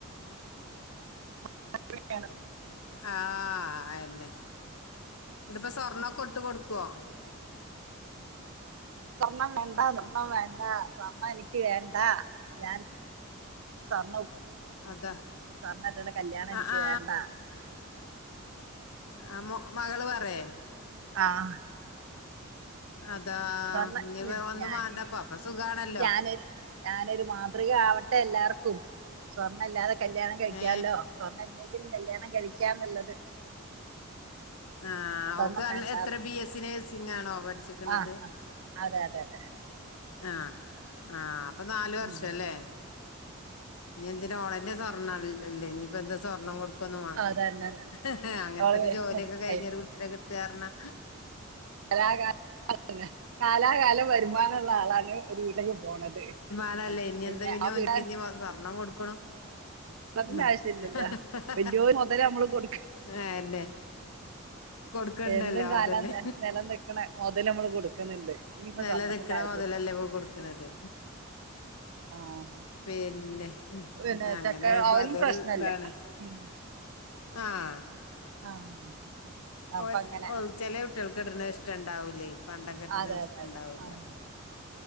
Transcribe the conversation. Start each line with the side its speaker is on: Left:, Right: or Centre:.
Right: <inaudible>
Left: ആ അയ്ന്നെ ഇന്നിട്ടിപ്പോ സ്വർണൊക്കെ ഒട്ട് കൊടുക്കേ?
Right: സ്വർണം വേണ്ടാ സ്വർണം വേണ്ടാ സ്വർണം എനിക്ക് വേണ്ടാ ഞാൻ. സ്വർണവും
Left: അതാ
Right: സ്വർണട്ടിട്ട് കല്യാണം എനിക്ക്
Left: ആ ആ
Right: വേണ്ടാ..
Left: ആ.. മേ മകള് പറയെ?
Right: ആഹ്
Left: അതാ
Right: സ്വർണം
Left: ഇനിപ്പ ഒന്നും
Right: ഞാനിനി
Left: വേണ്ടപ്പ അപ്പൊ സുഖാണല്ലോ
Right: ഞാന് ഞാനൊരു മാതൃക ആവട്ടെ. ആവട്ടെ എല്ലാർക്കും സ്വർണ്ണല്ലാതെ കല്യാണം കഴിക്കാല്ലോ
Left: ഏ
Right: സ്വർണ്ണംല്ലെങ്കിലും കല്യാണം കഴിക്കാന്നുള്ളത്
Left: ആ
Right: സ്വർണം
Left: അവ്ക്ക്
Right: വേണ്ടാന്ന്
Left: എത്ര ബി. എസ്സി. നേഴ്സിംഗ് ആണോ? പഠി പഠിച്ച്ക്ക്ണത്
Right: ആ അതെ അതെ അതെ
Left: ആഹ് ആ അപ്പൊ നാലു വർഷല്ലേ..
Right: ഉം.
Left: ഇനി എന്തിനാ ഓളനെ സ്വർണ്ണലല്ലേ ഇനിയിപ്പ എന്തിനാ സ്വർണ്ണം കൊടുക്ണ് കെന്നും വേണ്ടല്ലോ
Right: അതന്നെ അതന്നെ.
Left: ഹ് ഹ് അങ്ങൻത്തെ
Right: അവള്
Left: ഒരു ജോലിയൊക്കെ കഴിഞ്ഞെരു
Right: ഏയ്
Left: കുട്ടിനെ കിട്ടാന്ന്റഞ്ഞാ.
Right: കലാ കാലം അതന്നെ കാലാകാലം വരുമാനള്ള ആളാണ് ഒരു വീട്ടിലേക്ക് പോണത്
Left: ആണല്ലേ
Right: ഏ,
Left: ഇനി എന്താ പിന്നെ
Right: ആ
Left: ഓനിക്കിനി
Right: വീട്
Left: സ്വർണം കൊടുക്കുന്നു?
Right: അതിന്റെ
Left: ആ
Right: ആവശ്യല്ലല്ലോ
Left: ആഹ
Right: വല്യോരു മുതല് നമ്മള് കൊടുക്ക
Left: ആഹ അയെന്നെ കൊടുക്കണ്ടല്ലോ
Right: എന്നും കാലം
Left: അതന്നെ
Right: നിലം നിക്കണ മുതല് നമ്മള് കൊടുക്കുന്നുണ്ട് ഇനിയിപ്പോ
Left: നിലനിക്ക്ണ
Right: സ്വർണത്തിന്റെ ആവശ്യല്ല
Left: മൊതലല്ലേഇപ്പോ കൊടുക്ക്ണത്
Right: ആഹ്
Left: പിന്നെ
Right: പിന്നെ
Left: അങ്ങനാവുമ്പൊ
Right: ചക്ക അവനും
Left: അതൊരു
Right: പ്രശ്നല്ല
Left: ഇതാണ്.
Right: ഉം
Left: ആഹ
Right: ആഹ് അപ്പൊ
Left: ഒ
Right: അങ്ങനെ
Left: ഒ ചെലേ കുട്ടാൾ കേട്ട്ണത് ഇഷ്ടം ഇണ്ടാവലേ പണ്ടം കെട്ടണത്
Right: അതെ
Left: ഇഷ്ട
Right: അതെ അതെ
Left: ഇണ്ടാവൂല.
Right: ആഹ്